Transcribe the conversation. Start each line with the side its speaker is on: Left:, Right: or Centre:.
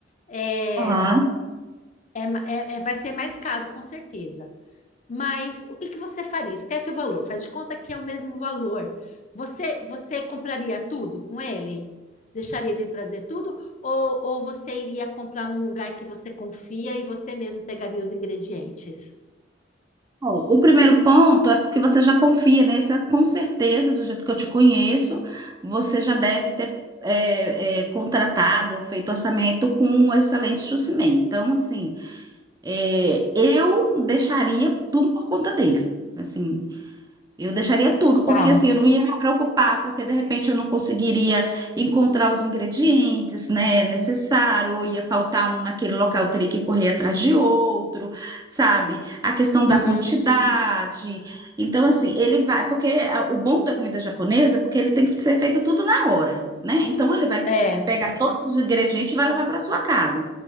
Left: é,
Right: Aham.
Left: é, ma- é- é- vai ser mais caro, com certeza. Mas o que que você faria? Esquece o valor, faz de conta que é o mesmo valor. Você você compraria tudo com ele? Deixaria ele trazer tudo? Ou, ou você iria comprar num lugar que você confia e você mesmo pegaria os ingredientes?
Right: Bom, o primeiro ponto é porque você já confia, né? Você, com certeza, do jeito que eu te conheço, você já deve ter é, é, contratado ou feito orçamento com um excelente Jucimei. Então, assim, é, eu deixaria tudo por conta dele. Assim, eu deixaria tudo,
Left: Tá.
Right: porque assim, eu não ia me preocupar, porque de repente eu não conseguiria encontrar os ingredientes, né, necessário, ou ia faltar um naquele local, eu teria que correr atrás de outro, sabe? A questão
Left: Uhum.
Right: da quantidade. Então, assim, ele vai, porque a- o bom da comida japonesa é porque ele tem que ser feito tudo na hora, né? Então, ele vai
Left: É.
Right: pegar todos os ingredientes e vai levar para sua casa.